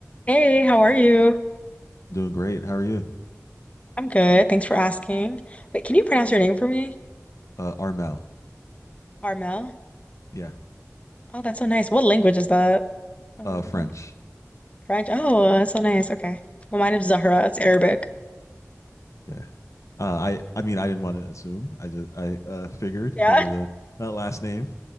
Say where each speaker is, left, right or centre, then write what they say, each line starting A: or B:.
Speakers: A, on the left; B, on the left.
A: Hey, how are you?
B: I'm doing great. How are you?
A: I'm good. Thanks for asking. Wait, can you pronounce your name for me?
B: Uh, Armel.
A: Armel?
B: Yeah.
A: Oh, that's so nice. What language is that? Uh,
B: Uh, French.
A: French. Oh, that's so nice. Okay. Well, my name's Zahra. It's Arabic.
B: Okay. Uh, I I mean I didn't want to assume. I just I uh, figured
A: Yeah.
B: because of the that last name.